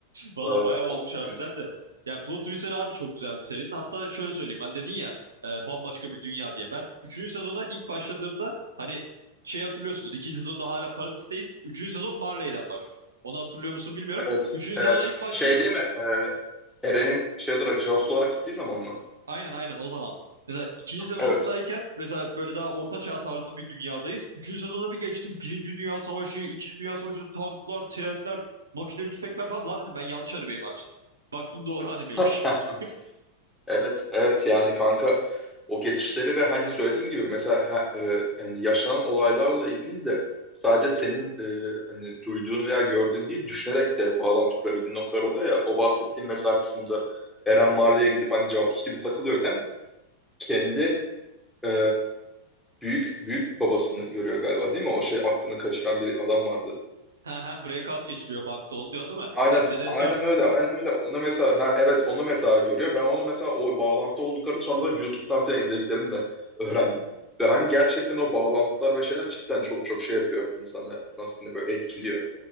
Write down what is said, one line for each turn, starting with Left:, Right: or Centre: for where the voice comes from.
Right: Valla
Centre: Ee,
Right: bayağı olmuş
Centre: o,
Right: harbiden
Centre: hani-
Right: de. Yani plot twistleri harbi çok güzeldi serinin. Hatta şöyle söyleyeyim. Hani dedin ya e, bambaşka bir dünya diye. Ben üçüncü sezona ilk başladığımda hani şey hatırlıyorsundur. 2. sezonda hala Paradis'teyiz. Üçüncü sezon Marley'den başlıyor. Onu hatırlıyor musun bilmiyorum.
Centre: evet.
Right: Üçüncü
Centre: Evet.
Right: sezona ilk başladığımda
Centre: Şey değil mi? Ee, Eren'in şey olarak casusu olarak gittiği zaman mı?
Right: Aynen aynen o zamanlar. Mesela ikinci sezondayken
Centre: Evet.
Right: mesela böyle daha orta çağ tarzı bir dünyadayız. Üçüncü sezona bir geçtim. Birinci Dünya Savaşı, İkinci Dünya Savaşı, tanklar, trenler, makineli tüfekler falan. Lan dedim ben yanlış animeyi açtım? Baktım doğru animeymiş.
Centre: <laughs>
Right: <laughs>
Centre: Evet. Evet yani kanka o geçişleri ve hani söylediğin gibi mesela ha- e, yani yaşanan olaylarla ilgili de sadece senin e, hani duyduğun veya gördüğün değil düşünerek de bağlantı kurabildiğin noktalar oluyor ya. O bahsettiğim mesela kısımda Eren Marley'e gidip hani casus gibi takılıyorken kendi e, büyük büyük babasını görüyor galiba değil mi? O şey aklını kaçıran bir adam vardı.
Right: Ha ha breakout geçiriyor bankta onu diyorsun değil mi?
Centre: Aynen,
Right: E, dedesi
Centre: aynen
Right: o.
Centre: öyle, aynen öyle. Onu mesela, ha evet onu mesela görüyor. Ben onu mesela o bağlantı olduklarını sonradan YouTube'dan falan izlediklerimle öğrendim. Ve hani gerçekten o bağlantılar ve şeyler cidden çok çok şey yapıyor insanı nasıl diyeyim, böyle etkiliyor.